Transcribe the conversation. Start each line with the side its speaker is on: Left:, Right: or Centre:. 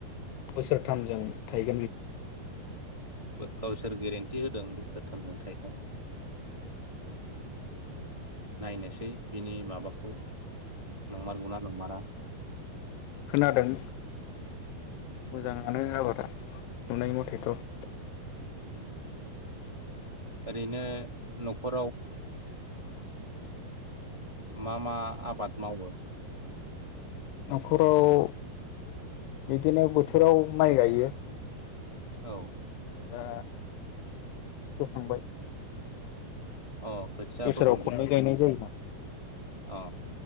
Left: बोसोरथामजों थायगोन बि
Right: बो गावसोर गेरेन्टि होदों बोसोरथामजों थायगोन नायनोसै बिनि माबाखौ नंमारगौना नंमारा।
Left: खोनादों। मोजां। <inaudible> नुनाय मथेथ'।
Right: औ। ओरैनो नखराव मा मा आबाद मावो?
Left: नखराव बिदिनो बोथोराव माइ गायो।
Right: औ।
Left: दा फोखांबाय।
Right: अ खोथिया
Left: बोसोराव
Right: फोखांजोब्बाय
Left: खननै गायनाय जायो ना
Right: अ